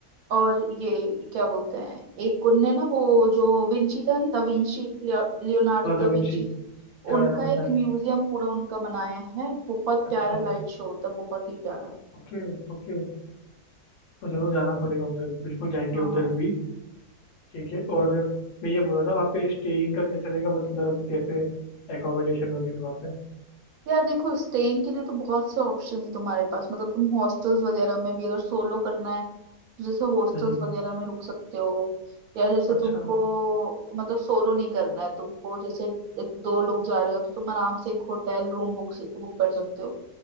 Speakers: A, on the right; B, on the left.
A: और ये क्या बोलते हैं एक उनने ना वो जो विंची था da Vinci Leonardo
B: और दा
A: da
B: विंची
A: Vinci
B: क्या
A: उनका
B: यार बताया
A: एक म्यूजियम पूरा उनका बनाया है बहुत
B: अच्छा
A: प्यारा लाइट शो होता है बहुत ही प्यारा
B: ओके ओके तो जरूर जाना पड़ेगा उधर बिल्कुल जाएंगे
A: हाँ
B: उधर
A: हाँ।
B: भी ठीक है और मैं ये बोल रहा था वहाँ पे स्टेइंग का कैसा रहेगा मतलब कैसे एकोमोडेशन वगैरह वहाँ पे
A: यार देखो स्टेइंग के लिए तो बहुत से ऑप्शंस है तुम्हारे पास मतलब तुम हॉस्टल्स वगैरह में भी अगर सोलो करना है तो जैसे हॉस्टल्स
B: हम्म
A: वगैरह में रुक सकते हो या जैसे
B: अच्छा
A: तुमको मतलब सोलो नहीं करना है तुमको जैसे एक दो लोग जा रहे हो तो तुम आराम से एक होटल रूम बुक बुक कर सकते हो